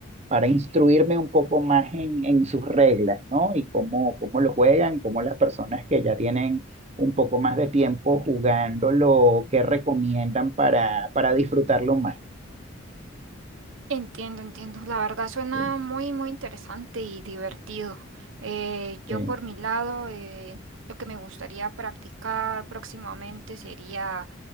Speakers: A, on the right; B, on the right.
A: para instruirme un poco más en, en sus reglas, ¿no? Y cómo, cómo lo juegan, cómo las personas que ya tienen un poco más de tiempo jugándolo, qué recomiendan para, para disfrutarlo más.
B: Entiendo, entiendo. La verdad suena
A: ¿sí?
B: muy, muy interesante y divertido. Eh, yo
A: Eh,
B: por mi lado, eh, lo que me gustaría practicar próximamente sería